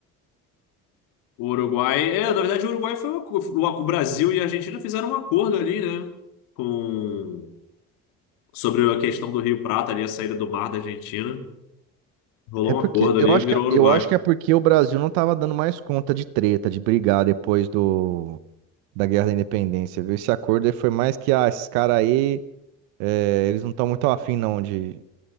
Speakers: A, on the left; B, on the right.
A: O Uruguai, é, na verdade o Uruguai foi uma, co- o o Brasil e a Argentina fizeram um acordo ali, né? Com sobre a questão do Rio Prata ali, a saída do mar da Argentina. Rolou
B: É
A: um
B: porque
A: acordo
B: eu
A: ali
B: acho
A: e virou
B: que
A: Uruguai.
B: eu acho que é porque o Brasil não tava dando mais conta de treta, de brigar depois do da Guerra da Independência, viu? Esse acordo aí foi mais que ah, esses caras aí, é, eles não estão muito afim não de